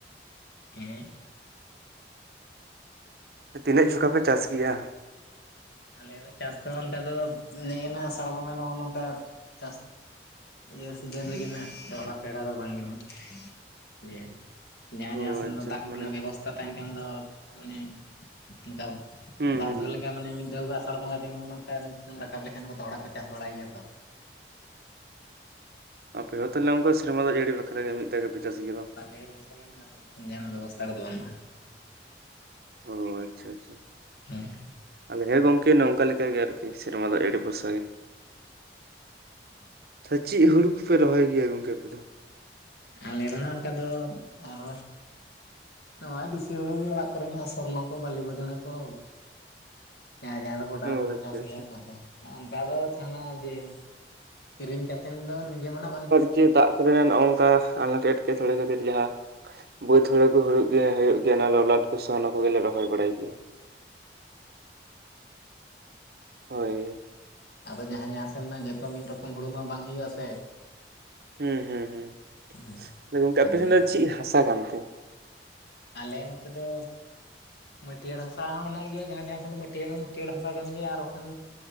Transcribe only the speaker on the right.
ᱛᱤᱱᱟᱹᱜ ᱡᱚᱠᱷᱟ ᱯᱮ ᱪᱟᱥ ᱜᱮᱭᱟ?
ᱚ
ᱟᱪᱪᱷᱟ
ᱢᱟᱱᱮ
ᱦᱩᱸ
ᱦᱩᱸ
ᱦᱩᱸ
ᱟᱯᱮ ᱦᱚᱸ ᱛᱟᱦᱚᱞᱮ ᱚᱱᱠᱟ ᱥᱮᱨᱢᱟ ᱫᱟᱜ ᱡᱟᱹᱲᱤ ᱵᱟᱠᱷᱟᱨᱟ ᱜᱮ ᱢᱤᱫ ᱫᱷᱟᱣ
ᱜᱮᱯᱮ ᱪᱟᱥ
ᱜᱮᱭᱟ ᱵᱟᱝ?
ᱚ ᱟᱪᱪᱷᱟ ᱟᱪᱪᱷᱟ ᱾
ᱟᱞᱮ ᱦᱮᱸ ᱜᱚᱝᱠᱮ ᱱᱚᱝᱠᱟ ᱞᱮᱠᱟ ᱜᱮ ᱟᱨᱠᱤ ᱥᱮᱨᱢᱟ ᱫᱟᱜ ᱡᱟᱹᱲᱤ ᱵᱷᱚᱨᱥᱟ ᱜᱮ ᱾
ᱪᱮᱫ ᱦᱩᱲᱩ ᱠᱚᱯᱮ ᱨᱚᱦᱚᱭ ᱜᱮᱭᱟ ᱜᱚᱝᱠᱮ ᱟᱯᱮ ᱫᱚ?
ᱚ
ᱟᱪᱪᱷᱟ
ᱟᱪᱪᱷᱟ
ᱪᱮᱫ ᱫᱟᱜ ᱠᱚᱨᱮᱱᱟᱜ ᱱᱚᱝᱠᱟ ᱟᱱᱟᱴ ᱮᱴᱠᱮ ᱴᱚᱸᱲᱮ ᱠᱷᱟᱹᱛᱤᱨ ᱡᱟᱦᱟᱸ ᱵᱟᱹᱫᱽ ᱦᱩᱲᱩ ᱠᱚ ᱦᱩᱭᱩᱜ ᱜᱮᱭᱟ ᱦᱳᱭᱳᱜ ᱜᱮᱭᱟ ᱚᱱᱟ ᱞᱚᱞᱟᱴ ᱠᱚ ᱥᱚᱨᱱᱚ ᱠᱚᱜᱮ ᱞᱮ ᱨᱚᱦᱚᱭ ᱵᱟᱲᱟᱭ ᱜᱮᱭᱟ ᱾ ᱦᱳᱭᱻ
ᱦᱩᱸ ᱦᱩᱸ ᱦᱩᱸ
ᱛᱟᱦᱞᱮ ᱜᱚᱝᱠᱮ ᱟᱯᱮ
ᱥᱮᱱ
ᱫᱚ ᱪᱮᱫ ᱦᱟᱥᱟ ᱠᱟᱱᱛᱮ?